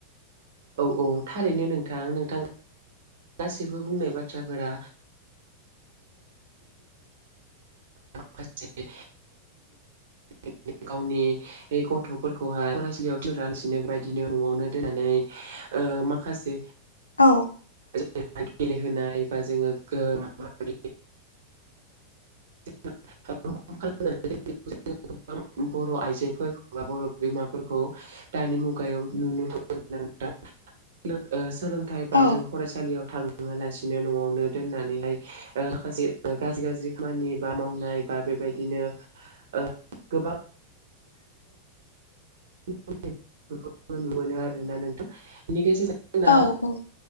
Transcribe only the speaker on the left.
औ
<inaudible>
औ
<inaudible>
औ औ।